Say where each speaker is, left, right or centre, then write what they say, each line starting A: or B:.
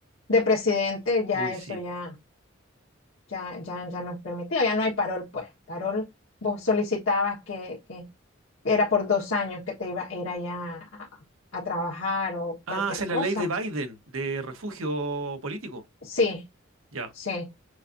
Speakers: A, on the left; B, on the right.
A: de presidente ya
B: Uy,
A: eso
B: sí.
A: ya, ya, ya, ya no es permitido, ya no hay parol, pues. Parol, vos solicitabas que, que era por dos años que te iba a ir allá a, a trabajar o cualquier
B: Ah, esa es
A: cosa.
B: la ley de Biden, de refugio político.
A: Sí,
B: Ya,
A: sí.